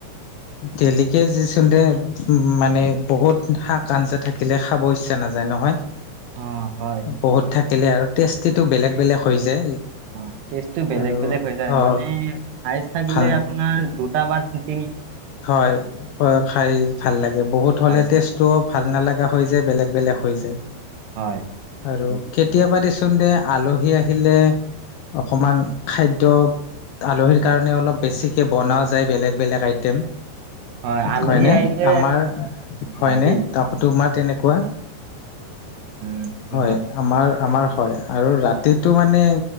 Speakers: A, on the left (about 75°); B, on the right (about 75°).
A: তেলিকে যিচোন দে উম উম মানে বহুত শাক আঞ্জা থাকিলে খাবই পইচা নাযায় নহয়।
B: অ হয়, সেইটোৱে
A: বহুত
B: হয়।
A: থাকিলে আৰু টেষ্টিটো বেলেগ বেলেগ হৈ যায়।
B: হয়, টেষ্টটো বেলেগ
A: আৰু
B: বেলেগ হৈ যায়
A: অ
B: মানে আইচ থাকিলে
A: ভাল
B: আপোনাৰ দুটা বা তিনি
A: হয় হয়ও খাই ভাল লাগে বহুত হ'লে
B: হায়েষ্ট
A: টেষ্টটোও ভাল নালাগা হয় হৈ যে বেলেগ বেলেগ হৈ যায়
B: হয়
A: আৰু
B: সেইটো
A: কেতিয়াবা দেচোন দেচোন দে আলহী আহিলে অকমান খাদ্য আলহীৰ কাৰণে অলপ বেছিকে বনাও যায় বেলেগ বেলেগ আই টেম
B: হয় আলহী
A: হয়নে
B: আহিলে
A: আমাৰ হয়নে
B: লাগেই
A: তাৰপৰা তোমাৰ
B: হয়
A: তেনেকুৱা
B: উম সেইটো
A: হয়, আমাৰ আমাৰ হয় আৰু ৰাতিটো মানে